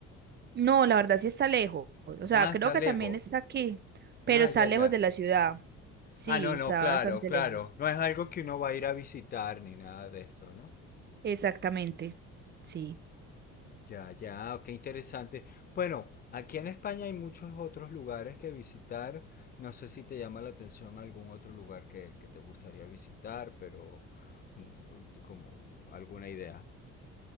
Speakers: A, on the right; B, on the left.
A: no, la verdad sí está lejos. O sea,
B: Ah,
A: creo
B: está
A: que
B: lejos.
A: también está aquí, pero
B: Ah,
A: está
B: ya,
A: lejos
B: ya.
A: de la ciudad. Sí,
B: Ah, no, no,
A: está
B: claro,
A: bastante
B: claro.
A: lejos.
B: No es algo que uno va a ir a visitar ni nada de esto, ¿no?
A: Exactamente. Sí.
B: Ya, ya, qué interesante. Bueno, aquí en España hay muchos otros lugares que visitar. No sé si te llama la atención algún otro lugar que, que te gustaría visitar, pero mm, como alguna idea.